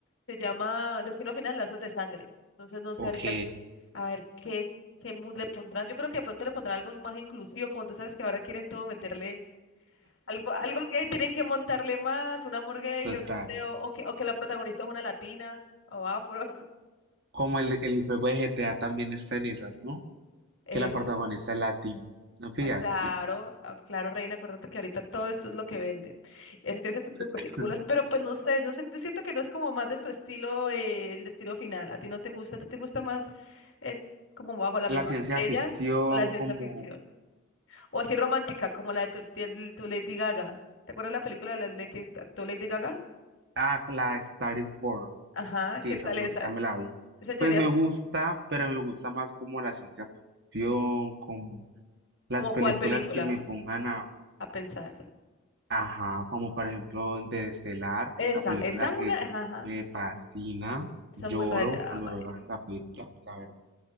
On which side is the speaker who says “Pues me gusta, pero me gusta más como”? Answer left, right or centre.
Right